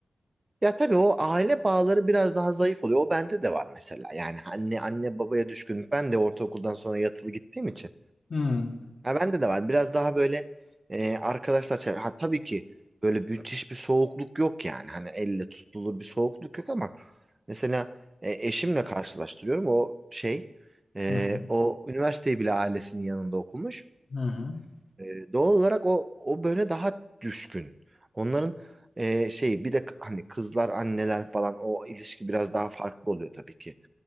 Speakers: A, on the right (about 25°); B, on the left (about 60°).
A: ya tabii o aile bağları biraz daha zayıf oluyor. O bende de var mesela. Yani anne anne babaya düşkünlük. Ben de ortaokuldan sonra yatılı gittiğim için.
B: Hmm.
A: Ha bende de var. Biraz daha böyle e, arkadaşlar çev- ha tabii ki böyle müthiş bir soğukluk yok yani. Hani elle tutulur bir soğukluk yok ama mesela e, eşimle karşılaştırıyorum. O şey e,
B: Hı hı.
A: o üniversiteyi bile ailesinin yanında okumuş.
B: Hı hı.
A: E, doğal olarak o o böyle daha düşkün. Onların e, şeyi bir de k- hani kızlar anneler falan o ilişki biraz daha farklı oluyor tabii ki